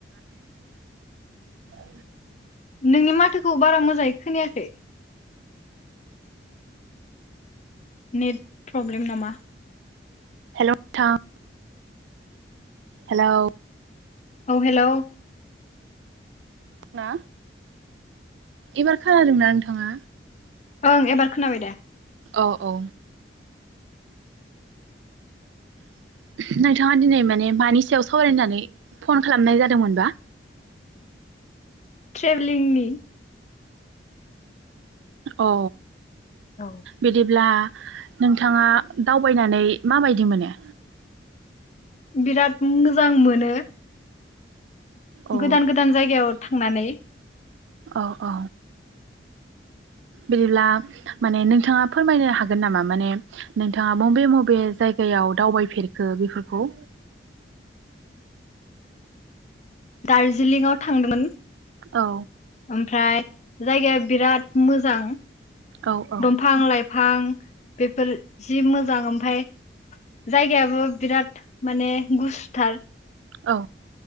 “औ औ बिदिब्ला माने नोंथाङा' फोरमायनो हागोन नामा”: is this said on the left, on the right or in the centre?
Right